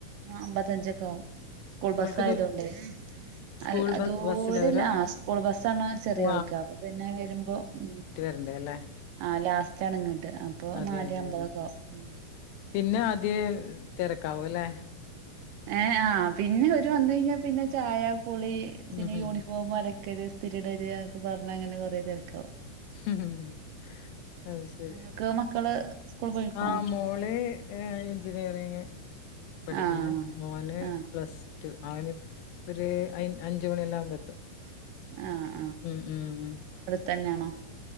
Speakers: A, on the right; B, on the left.
A: അമ്പത്തഞ്ചൊക്കെ ആകും സ്കൂൾ
B: അവൾക്ക്
A: ബസ്സായത്
B: ദൂ
A: കൊണ്ട്
B: സ്കൂൾ
A: അ അ
B: ബ
A: ദൂരല്ല
B: ബസ്സിലാ വരാ
A: ആ സ്കൂൾ ബസ്സാണ് ചെറിയൊൾക്ക്
B: ഓ
A: അപ്പൊ പിന്നെ വരുമ്പോ ഉം
B: എന്തേ ല്ലേ
A: ആ ലാസ്റ്റണ് ങ്ങട്ട് അപ്പൊ
B: അതെ
A: നാല്
B: അതെ
A: അമ്പതൊക്കെ
B: അതെ
A: ഉം
B: പിന്നെ ആദ്യെ തെരക്കാവു ല്ലേ
A: ഏ ആഹ് പിന്നെ ഒരു മന്ത് കയ്ഞ്ഞാ പിന്ന ചായ പൊളി
B: ഉം
A: പിന്നെ
B: ഉം ഉം
A: യൂണിഫോമു വര ക്കല് ഇസ്ഥിരിടെര ക്ക പർഞ്ഞ അങ്ങനെ കൊറേ തെര്ക്കാവു
B: ഉം അത് ശരി
A: നിങ്ങക്ക് മക്കള് സ്കൂൾ പോയിക്കണോ
B: ആഹ് മോളി എഞ്ചിനിയറിങ് പഠിക്ക്‌ന്ന്
A: ആഹ്
B: മോന്
A: ആഹ്
B: പ്ലസ് റ്റു ആര് ഒരു അയ് അഞ്ചു മണിയെല്ലാ ആവുമ്പെത്തും
A: ആഹ്
B: ഉം ഉം
A: തെന്നാണോ